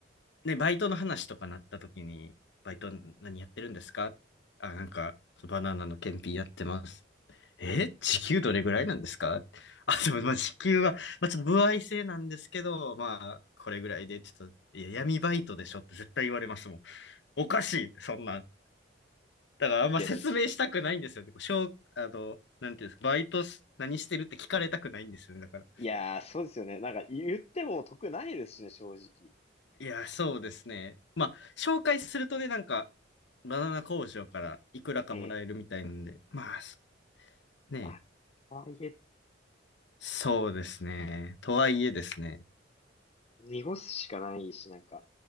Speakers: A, on the left (about 65°); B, on the left (about 35°).
A: ね、バイトの話とかなった時に、バイト何やってるんですかあ、
B: うん。
A: なんか、バナナの検品やってます。え、時給どれぐらいなんですか <laughs> あ、でも、まあ、時給は、まあ、ちょっと歩合制なんですけど、まあ、これぐらいで、ちょっと、いや、闇バイトでしょって絶対言われますもん。おかしいって、そんなん。だから、あんま説明したくないんですよね。
B: です。
A: こうしょう、あの、なんていうんですか、バイトし何してるって聞かれたくないんですよね。だから。
B: いやー、そうですよね。なんか言っても得ないですしね、正直。
A: いや、そうですね。まあ、紹介するとね、なんか、バナナ工場からいくらかもらえるみたいなんで、
B: ええ。
A: まあ、そね
B: まあ、とはいえ、
A: そうですね。とはいえですね。
B: 濁すしかないし、なんか、